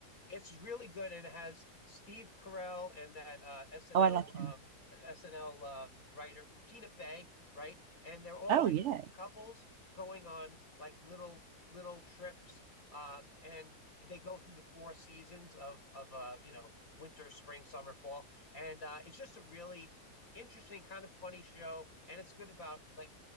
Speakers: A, on the left; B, on the right.
A: it's really good and it has Steve Carell and that uh, SNL
B: Oh, I like
A: um,
B: him.
A: SNL um, writer Tina Fey, right? And they're all
B: Oh,
A: like
B: yeah.
A: couples going on like little little trips, um, and they go through the four seasons of of uh, you know winter, spring, summer, fall, and uh, it's just a really interesting kind of funny show, and it's good about like